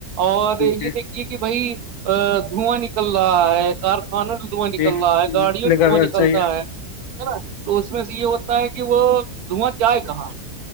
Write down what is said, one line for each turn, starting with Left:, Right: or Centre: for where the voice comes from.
Right: اور یہ
Left: جی
Right: دیک <unintelligible> کہ بھائی دھواں نکل رہا ہے کارخانہ <unintelligible> دھواں نکل
Left: جی
Right: رہا ہے گاڑیوں
Left: لگا
Right: سے دھواں نکلتا
Left: صحیح
Right: ہے ہے نا تو <unintelligible> اس میں سے یہ ہوتا ہے کہ وہ دھواں جائے کہاں <unintelligible>